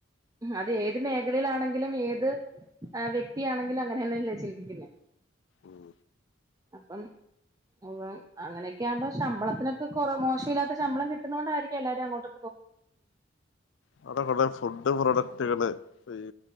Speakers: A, on the right; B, on the left.
A: അതേത്
B: ഉം
A: മേഖലേലാണെങ്കി ങ്കിലും ഏത് വ്യക്തിയാണെങ്കിലും അങ്ങനെ യന്നെല്ലേ ചിന്തിക്കുന്നേ.
B: ഉം
A: അപ്പം <unintelligible> അങ്ങനെയൊക്കെ. യാമ്പോ ശമ്പളത്തിനൊക്കെ കുറ മോശമില്ലാത്ത ശമ്പളം കിട്ടുന്നോണ്ടാരിക്കും എല്ലാരും അങ്ങോട്ടു
B: അവിടെ കൊറേ ഫുഡ് പ്രൊഡക്ടുകള് സെയിൽ